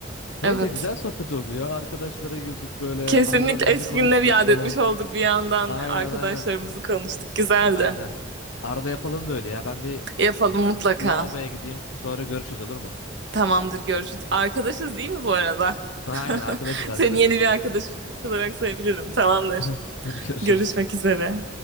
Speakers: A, on the left; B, on the right.
A: Neyse
B: Evet.
A: güzel sohbet oldu ya. Arkadaşlara girdik böyle
B: Kesinlikle
A: anılarımızı
B: eski
A: konuştuk
B: günleri yad
A: falan.
B: etmiş olduk bir yandan.
A: Aynen
B: Arkadaşlarımızı
A: aynen.
B: konuştuk. Güzeldi.
A: Aynen. Arada yapalım böyle ya. Ben bir
B: Yapalım mutlaka.
A: lavaboya gideyim sonra görüşürüz olur mu?
B: Tamamdır görüşürüz. Arkadaşız değil mi bu arada?
A: Aynen
B: <laughs>
A: arkadaşız arkadaşız.
B: Seni yeni bir arkadaş olarak sayabilirim. Tamamdır.
A: <laughs> Hadi görüşürüz.
B: Görüşmek üzere.